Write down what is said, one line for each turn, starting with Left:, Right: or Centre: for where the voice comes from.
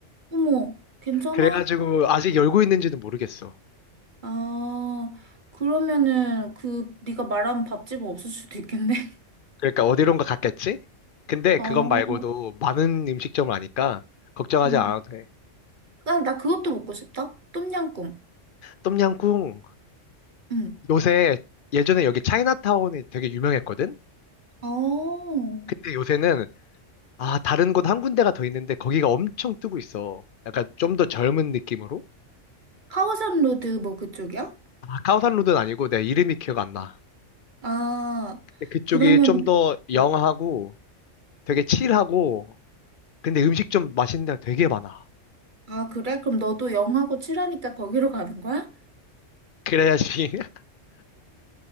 Right: 어머, 괜찮아?
Left: 그래가지고 아직 열고 있는지는 모르겠어.
Right: 아, 그러면은 그 네가 말한 밥집은 없을 수도 있겠네. <laughs>
Left: 그러니까 어디론가 갔겠지? 근데
Right: 어,
Left: 그것 말고도 많은 음식점을 아니까 걱정하지
Right: 응.
Left: 않아도 돼.
Right: 나, 나 그것도 먹고 싶다. 똠양꿍.
Left: 똠양꿍
Right: 응.
Left: 요새 예전에 여기 차이나타운이 되게 유명했거든?
Right: 어,
Left: 근데 요새는 아, 다른 곳 한 군데가 더 있는데 거기가 엄청 뜨고 있어. 약간 좀 더 젊은 느낌으로?
Right: 카오산 로드 뭐 그쪽이야?
Left: 아, 카오산로드는 아니고 내 이름이 기억 안 나.
Right: 아,
Left: 근데 그쪽이
Right: 그러면,
Left: 좀 더 영하고
Right: 어,
Left: 되게 칠하고 근데 음식 좀 맛있는 데가 되게 많아.
Right: 아, 그래? 그럼 너도 영하고 칠하니까 거기로 가는 거야?
Left: 그래야지. <laughs>